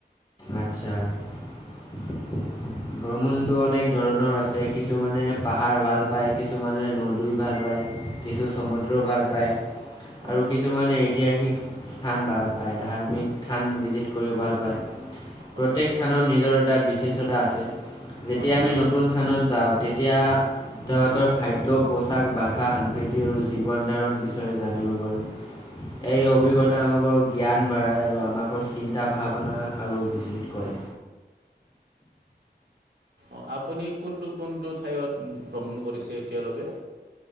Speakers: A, on the left; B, on the right.
A: আচ্ছা। ভ্ৰমণতটো অনেক ধৰণৰ আছে, কিছুমানে পাহাৰ ভাল পায় কিছুমানে নদী ভাল প কিছু
B: হয়
A: চমুদ্ৰ ভাল পায়। আৰু
B: হয়
A: কিছুমানে ঐতিহাসিক স্থান ভাল পায়। ধাৰ্মিক স্থান ভিজিট কৰিও ভাল পায়।
B: হয়
A: প্ৰত্যেক থানৰ নিজৰ এটা বিশষ্টতা আছে। যেতিয়া
B: হয়
A: আমি নতুন থানত যাওঁ তেতিয়া তাহাঁতৰ খাদ্য, পোচাক, ভাষা, সস্কৃতি আৰু জীৱন ধাৰণ বিষয়ে জানিব পাৰোঁ। এই অভিজ্ঞতা আমাকৰ জ্ঞান বাঢ়াই আৰু আমাকৰ চিন্তা ভাৱনা আৰু প্ৰট কৰে।
B: অ-আপুনি কোনটো কোনটো ঠাইত ভ্ৰমণ কৰিছে এতিয়ালৈকে?